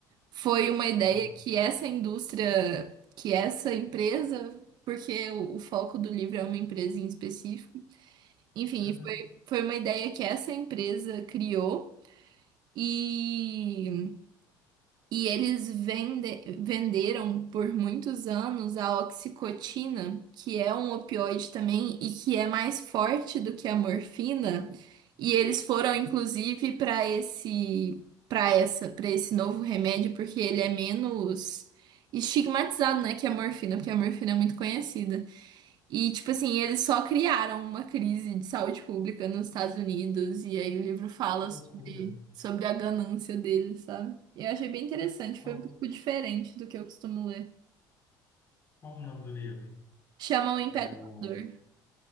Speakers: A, on the right; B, on the left.
A: foi uma ideia
B: aham.
A: que essa indústria, que essa empresa, porque o, o foco do livro é uma empresa em específico, enfim,
B: Uhum,
A: foi, foi uma ideia que essa empresa criou e. E eles vende- venderam por muitos anos a oxicotina, que é um opioide também e que é mais forte do que a morfina. E eles foram inclusive para esse para essa para esse novo remédio porque ele é menos estigmatizado, né, que a morfina, porque a morfina é muito conhecida. E, tipo assim, eles só criaram uma crise de saúde pública nos Estados Unidos, e aí o livro fala
B: Que
A: sobre,
B: loucura.
A: sobre a ganância deles, sabe? E eu achei bem interessante,
B: Qual,
A: foi um pouco diferente do que eu costumo ler.
B: qual o nome do livro?
A: Chama o Império
B: Para eu.
A: Amador.